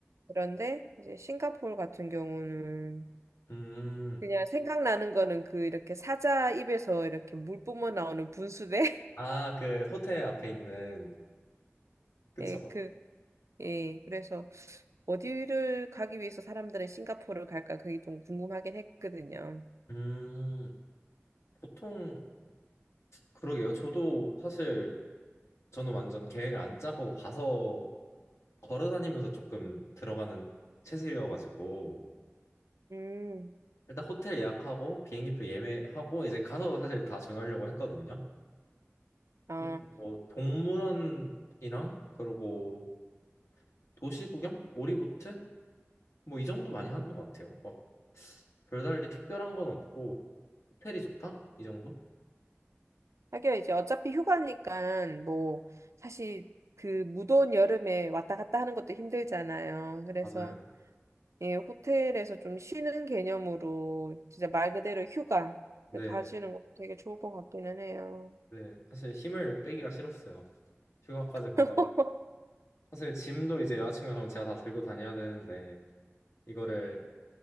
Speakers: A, on the right (about 85°); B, on the left (about 75°).
A: 그런데 이제 싱가포르 같은 경우는
B: 음.
A: 그냥 생각나는 거는 그 이렇게 사자 입에서 이렇게 물 뿜어 나오는 분수대?
B: 아, 그 호텔 앞에 있는
A: <laughs>
B: 그쵸?
A: 예, 그, 예, 그래서 어디를 가기 위해서 사람들은 싱가포르를 갈까 그게 좀 궁금하긴 했거든요.
B: 음, 보통 그러게요. 저도 사실 저는 완전 계획을 안 짜고 가서 걸어 다니면서 조금 들어가는 체질이어가지고
A: 음,
B: 일단 호텔 예약하고 비행기표 예매하고 이제 가서 사실 다 정하려고 했거든요.
A: 아,
B: 근데 뭐 동물원이랑 그러고 도시 구경, 오리보트 뭐 이 정도 많이
A: 음.
B: 하는 것 같아요. 막 별달리 특별한 건 없고 호텔이 좋다 이 정도?
A: 하긴 이제 어차피 휴가니까 뭐 사실 그 무더운 여름에 왔다 갔다 하는 것도 힘들잖아요. 그래서
B: 맞아요.
A: 예, 호텔에서 좀 쉬는 개념으로 진짜 말 그대로 휴가
B: 네.
A: 가시는 것도 되게 좋을 것 같기는 해요.
B: 네, 사실 힘을 빼기가 싫었어요. 휴가까지 가가
A: <laughs>
B: 사실 짐도 이제 여자친구랑 가면 제가 다 들고 다녀야 되는데 이거를